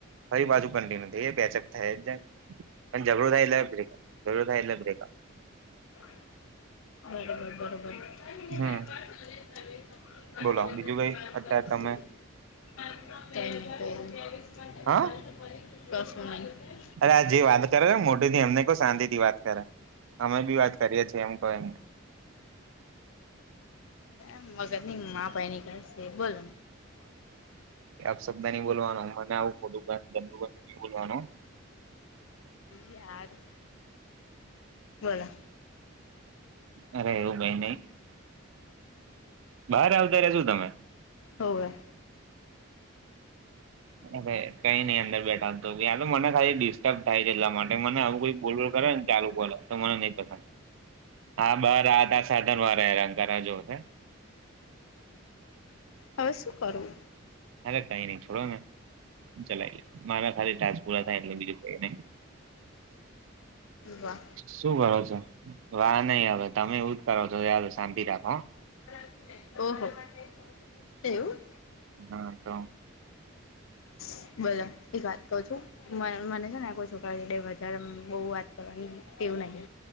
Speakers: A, on the right (about 70°); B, on the left (about 75°).
A: પહી પાછું કંટીન્યુ એ પેચપ. થય જાય. પણ ઝઘડો થાય એટલે બ્રેક ઝઘડો થાય એટલે બ્રેક અપ.
B: બરોબર-બરોબર. <unintelligible> ગાંધીનગર
A: હમ
B: થી વાત કરું
A: બોલો બીજું કઈ
B: છુ.
A: અત્યારે તમે
B: કંઈ ની કંઈ ની.
A: હા
B: કશું નઈ. <unintelligible>
A: અરે આ જે વાત કરે ને મોટેથી એમને કો શાંતિથી વાત કરે અમે બી વાત કરીએ છીએ એમ કો એમને
B: એમ મગજની માપ <unintelligible> કશે બોલો.
A: શબ્દ ની બોલવાનું મને આવું ખોટું કે ગંદું-ગંદું ની બોલવાનું.
B: યાર બોલો.
A: અરે એવું કય નઈ બાર આવતા રિયા સુ તમે તમે.
B: હોવે.
A: અરે કઈ નય અંદર બેઠા અમે તો એમય મને ખાલી ડિસ્ટર્બ થાય છે એટલા માટે મને આવું કોઈ બોલ-બોલ કરે ને ચાલુ ફોને તો મને નઈ પસંદ. હા આ બાર આટા સાધન વારા હેરાન કરે જોને. <inaudible>
B: હવે શું કરું?
A: અરે કઈ નઈ છોડોને, ચલાઈ લિયે મારે ખાલી ટાસ પૂરા થાય એટલે બીજું કય નઈ
B: વાહ
A: શું કરો છો? વા નય આવે તમે એવું જ કરો છો <unintelligible> સાાંતી રાખો હ.
B: <unintelligible> ઓહો, <unintelligible> એવું?
A: હા તો.
B: <unintelligible> બોલો એક વાત કવ છું મય મને છે ને કોઈ છોકરો એક બે વધારે અમ બઉ વાત કર એવી ટેવ નય હે.